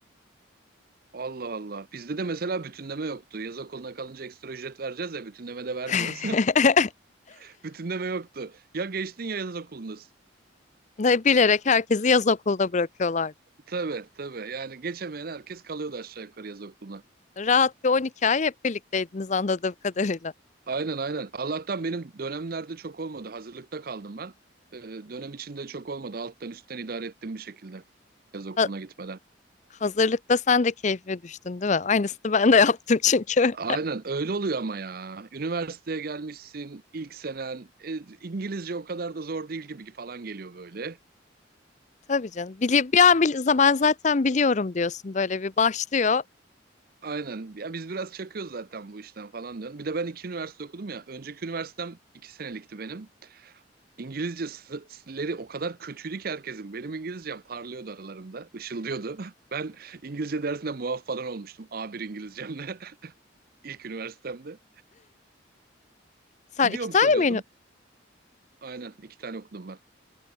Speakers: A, on the right (about 50°); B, on the left (about 40°).
A: Allah Allah. Bizde de mesela bütünleme yoktu. Yaz okuluna kalınca ekstra ücret vereceğiz ya bütünleme de vermiyoruz.
B: <laughs>
A: <laughs> Bütünleme yoktu. Ya geçtin ya yaz okulundasın.
B: Ne Bilerek herkesi yaz okulda bırakıyorlardı.
A: Tabii tabii. Yani geçemeyen herkes kalıyordu aşağı yukarı yaz okuluna.
B: Rahat bir 12 ay hep birlikteydiniz anladığım kadarıyla.
A: Aynen aynen. Allah'tan benim dönemlerde çok olmadı. Hazırlıkta kaldım ben. Ee, dönem içinde çok olmadı. Alttan üstten idare ettim bir şekilde yaz okuluna
B: Ha-
A: gitmeden.
B: hazırlıkta sen de keyfine düştün değil mi? Aynısını ben de yaptım çünkü.
A: Aynen öyle oluyor ama ya. Üniversiteye gelmişsin ilk senen. E, İngilizce o kadar da zor değil gibi falan geliyor böyle.
B: <laughs> Tabii canım. Bili bir an bil zaman zaten biliyorum diyorsun böyle bir başlıyor.
A: Aynen. Ya biz biraz çakıyoruz zaten bu işten falan diyorum. Bir de ben iki üniversite okudum ya. Önceki üniversitem iki senelikti benim. İngilizceleri o kadar kötüydü ki herkesin. Benim İngilizcem parlıyordu aralarında, ışıldıyordu. <laughs> Ben İngilizce dersinde muaf falan olmuştum A1 İngilizcemle <laughs> ilk üniversitemde.
B: Sen
A: Biliyorum
B: iki tane
A: sanıyordum.
B: mi?
A: Aynen iki tane okudum ben.